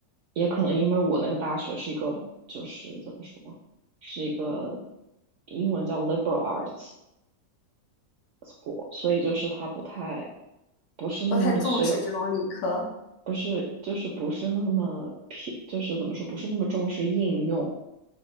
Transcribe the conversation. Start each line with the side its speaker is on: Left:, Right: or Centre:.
Right: 也可能因为我那个大学是一个，就是怎么说，是一个英文叫 liberal arts school，所以就是它不太不是那么学的，
Left: 不太重视这种理科。
Right: 不是就是不是那么偏，就是怎么说，不是那么重视应用。